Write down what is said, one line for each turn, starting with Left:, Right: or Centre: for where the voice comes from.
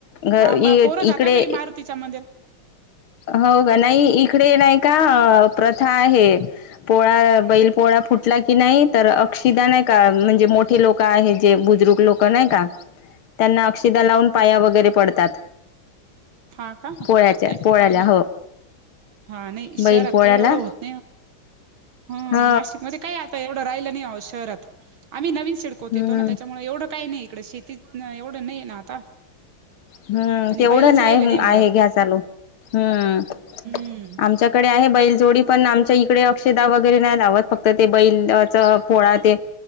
Left: ग
Right: हा पोरं जाता
Left: इकडे
Right: बाई मारुतीच्या मंदिर
Left: हो का, नाही इकडे नाही का प्रथा आहे पोळा बैल पोळा फुटला की नाही, तर अक्षिदा नाही का म्हणजे मोठे लोक काय आहे जे, बुजुर्ग लोकं नाही का
Right: ह <inaudible>
Left: त्यांना अक्षिदा लावून पाया वगैरे पडतात.
Right: हा का नाही
Left: पोळ्याच्या पोळ्याला
Right: आणि
Left: हो.
Right: हा नाही शहरात
Left: बैल पोळ्याला
Right: काय एवढं होत हम्म
Left: ह
Right: नाशिकमध्ये काय आता एवढं राहिलं नाही ओ शहरात आम्ही नवीन शिड
Left: हम्म
Right: येतो ना त्याच्यामुळे एवढं काही नाही इकड शेतीत एवढं नाही ना आता.
Left: हम्म
Right: आणि
Left: तेवढं
Right: बैलच
Left: नाही,
Right: राहिले
Left: हम्म
Right: मुळात
Left: आहे घ्या चालू, हम्म.
Right: हम्म
Left: आमच्याकडे आहे बैल जोडी पण आमच्या इकडे अक्षदा वगैरे नाही लावत फक्त ते बैलाचा पोळा ते